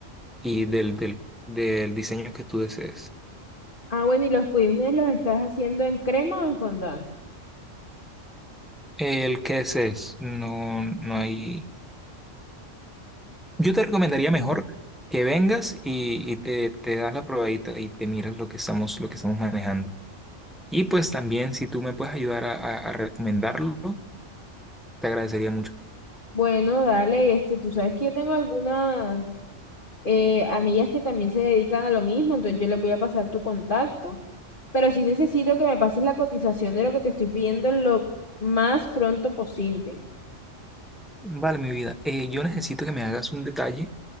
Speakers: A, in the centre; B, on the left.
A: y del, del, del diseño que tú desees.
B: Ah, bueno, ¿y los pudines los estás haciendo en crema o en fondant?
A: El que desees, no, no hay... Yo te recomendaría mejor que vengas y, y te, te das la probadita y te miras lo que estamos, lo que estamos manejando. Y pues también si tú me puedes ayudar a, a- a recomendarlo, te agradecería mucho.
B: Bueno, dale, este, tú sabes que yo tengo algunas eh, amigas que también se dedican a lo mismo, entonces yo les voy a pasar tu contacto, pero sí necesito que me pases la cotización de lo que te estoy pidiendo lo más pronto posible.
A: Vale, mi vida, eh, yo necesito que me hagas un detalle